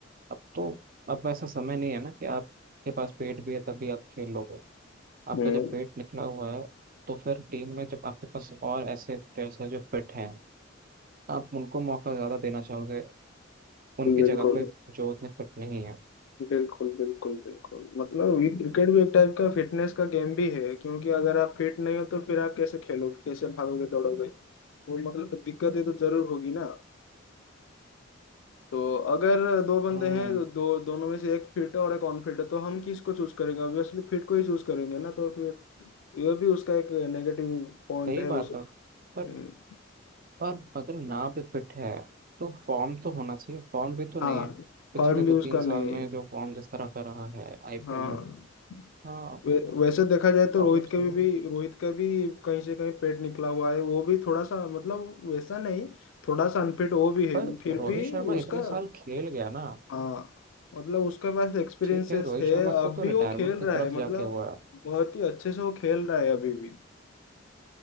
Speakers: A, on the right (about 45°); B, on the left (about 80°).
A: अब तो अब ऐसा समय नहीं है ना कि आपके पास पेट भी है तभी आप खेल लोगे आपका
B: हम्म,
A: जब पेट निकला हुआ है तो फिर टीम में जब आपके पास और ऐसे प्लेयर्स हैं जो फिट हैं आप उनको मौका ज़्यादा देना चाहोगे उनकी
B: बिल्कुल
A: जगह पे जो उतने फिट नहीं है
B: बिल्कुल बिल्कुल बिल्कुल मतलब ये क्रिकेट भी एक टाइप का फिटनेस का गेम भी है क्योंकि अगर आप फिट नहीं हो तो फिर आप कैसे खेलोगे कैसे भागोगे दौड़ोगे वो मतलब दिक्कत है तो जरूर होगी ना तो अगर दो बंदे
A: हम्म
B: हैं तो दो दोनों में से एक फिट है और एक अनफिट है तो हम किसको चूज करेंगे ऑब्वियसली फिट को ही चूज करेंगे ना तो फिर ये भी उसका एक नेगेटिव पॉइंट
A: सही
B: है उसका
A: बात है पर
B: हम्म,
A: और अगर ना भी फिट है तो फॉर्म तो होना चाहिए फॉर्म भी तो नहीं
B: हाँ
A: है पिछले
B: फॉर्म
A: दो
B: भी उसका
A: तीन
B: नहीं
A: साल में
B: है
A: जो फॉर्म जिस तरह का रहा है आईपीएल
B: हाँ
A: में हाँ
B: वे- वैसे देखा जाए
A: प्रॉब्लम्स
B: तो रोहित के
A: तो
B: भी, भी
A: है
B: रोहित का भी कहीं से कहीं पेट निकला हुआ है वो भी थोड़ा सा मतलब वैसा नहीं थोड़ा सा अनफिट वो भी
A: पर
B: है फिर
A: रोहित
B: भी
A: शर्मा
B: उसका
A: इतने साल खेल गया ना
B: हाँ मतलब उसके पास एक्सपीरियंसेस
A: ठीक है रोहित
B: है
A: शर्मा
B: अब
A: को
B: भी
A: तो रिटायरमेंट
B: वो खेल
A: की
B: रहा
A: तरफ
B: है मतलब
A: जाके हुआ है
B: बहुत ही अच्छे से वो खेल रहा है अभी भी